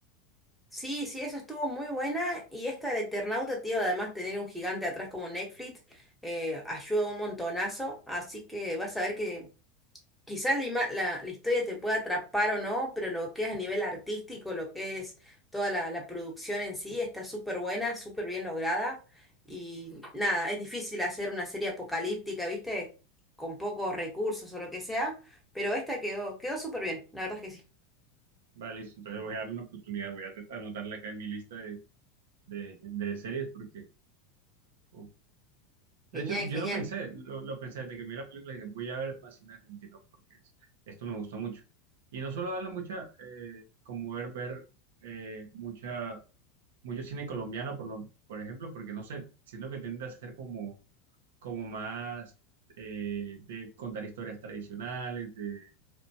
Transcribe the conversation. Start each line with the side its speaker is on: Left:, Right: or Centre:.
Centre: Sí, sí, eso estuvo muy buena. Y esta del Eternauta, tío, además tener un gigante atrás como Netflix, eh, ayuda un montonazo. Así que vas a ver que quizás la, ima- la- la historia te pueda atrapar o no, pero lo que es a nivel artístico, lo que es toda la, la producción en sí, está súper buena, súper bien lograda. Y nada, es difícil hacer una serie apocalíptica, ¿viste? Con pocos recursos o lo que sea, pero esta quedó, quedó súper bien, la verdad es que sí.
Right: Vale, listo, entonces voy a darle una oportunidad, voy a te- anotarla acá en mi lista de, de, de series, porque... uf. De
Centre: Genial,
Right: hecho, yo
Centre: genial.
Right: lo pensé, lo, lo pensé desde que vi la película, dije, voy a ver más cine argentino, porque es- esto me gustó mucho. Y no solo darle mucha, eh, como ver, ver eh, mucha, mucho cine colombiano, por, lo, por ejemplo, porque no sé, siento que tiende a ser como como más eh, de contar historias tradicionales, de,